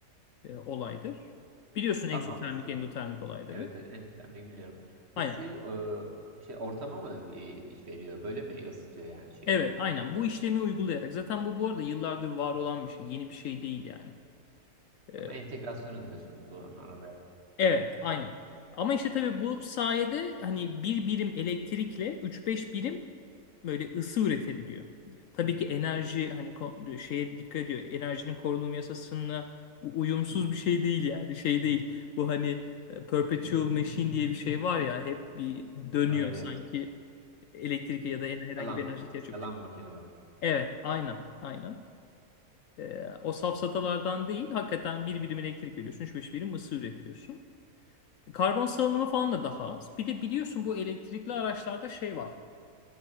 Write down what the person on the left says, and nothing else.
e, olaydır. Biliyorsun egzotermik,
endotermik olayları.
Aynen.
Evet, aynen. Bu işlemi uygulayarak. Zaten bu bu arada yıllardır var olan bir şey. Yeni bir şey değil yani. E,
Evet, aynı. Ama işte tabii bu sayede hani bir birim elektrikle üç beş birim böyle ısı üretebiliyor. Tabii ki enerji hani ko- şeye dikkat ediyor. Enerjinin korunum yasasına u- uyumsuz bir şey değil yani. Şey değil. Bu hani e, perpetual machine diye bir şey var ya hep bir dönüyor
sanki elektrike ya da en- herhangi
bir enerji ihtiyacı yokmuş.
Evet, aynen, aynen. E, o safsatalardan değil, hakikaten bir birim elektrik veriyorsun, üç beş birim ısı üretiyorsun. Karbon salınımı falan da daha az. Bir de biliyorsun bu elektrikli araçlarda şey var.